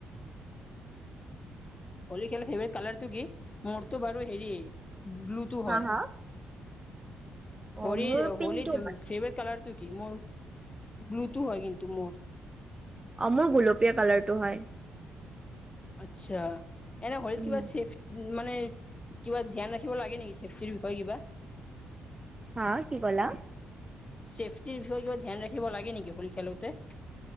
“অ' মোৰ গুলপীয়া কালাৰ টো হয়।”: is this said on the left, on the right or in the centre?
Right